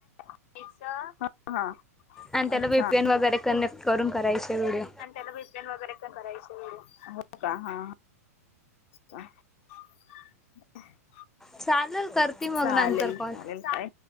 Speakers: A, on the left (about 50°); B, in the centre.
A: हा. हा.
B: आणि त्याला
A: अच्छा,
B: व्हीपीएन वगैरे कनेक्ट करून करायचे व्हिडिओ
A: आणि त्याला <unintelligible> तेन वगैरे का करायचे व्हिडिओ का. हा. हा. <unintelligible> <inaudible>
B: चालेल करती मग
A: चालेल
B: नंतर
A: चालेल
B: कॉल
A: काय